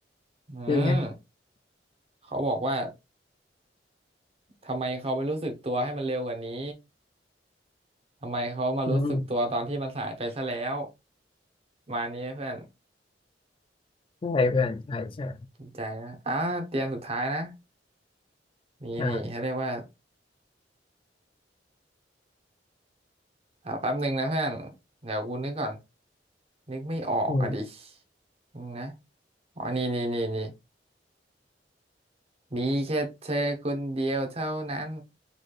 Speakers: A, on the right; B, on the left.
A: อืม
B: คือไง
A: เขาบอกว่าทำไมเขาไม่รู้สึกตัวให้มันเร็วกว่านี้ทำไมเขามารู้สึกตัวตอนที่มันสายไปซะแล้ว
B: อืม
A: มานี้เพื่อน
B: ใช่เพื่อนใช่ใช่
A: อืมจริงใจนะอ่าเตรียมสุดท้ายนะมีนี่เขาเรียกว่า
B: อ่า
A: อ่าแป๊บหนึ่งนะเพื่อนเดี๋ยวกูนึกก่อนนึกไม่ออกอ่ะดิ
B: อืม
A: อืมนะอ๋อนี่นี่นี่นี่ มีแค่เธอคนเดียวเท่านั้น